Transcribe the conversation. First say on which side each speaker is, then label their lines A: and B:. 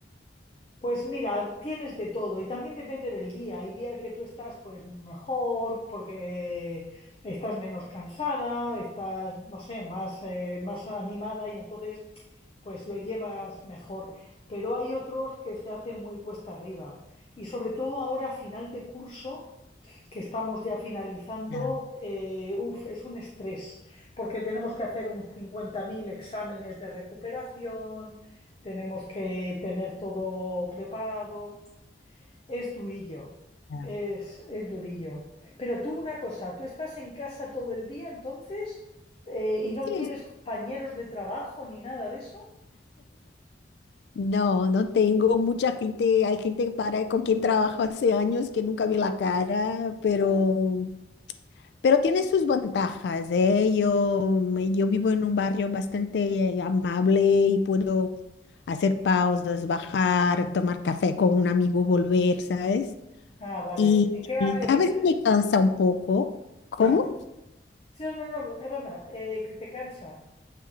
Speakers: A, on the left; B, on the left.
A: pues mira, tienes de todo y también depende del día. Hay días que tú estás pues mejor porque estás menos cansada, estás, no sé, más, eh, más animada y entonces pues lo llevas mejor. Pero hay otros que se hacen muy cuesta arriba y sobre todo ahora a final de curso que estamos ya finalizando,
B: Claro,
A: eh, uf, es un estrés, porque tenemos que hacer un 50.000 exámenes de recuperación, tenemos que tener todo preparado. Es durillo,
B: claro.
A: es, es durillo. Pero tú una cosa, tú estás en casa todo el día entonces eh, y no
B: Sí,
A: tienes compañeros de trabajo ni nada de eso.
B: no, no tengo mucha gente, hay gente para, con quien trabajo hace años que nunca vi la cara, pero,
A: Uh,
B: pero tiene sus ventajas, ¿eh? Yo, me- yo vivo en un barrio bastante eh, amable y puedo hacer pausas, bajar, tomar café con un amigo, volver, ¿sabes?
A: ah, vale.
B: Y,
A: ¿En qué barrio
B: y a
A: vives?
B: veces me cansa un poco. ¿Cómo?
A: Ya. Sí, No, no, no, perdona, eh, que te cansa.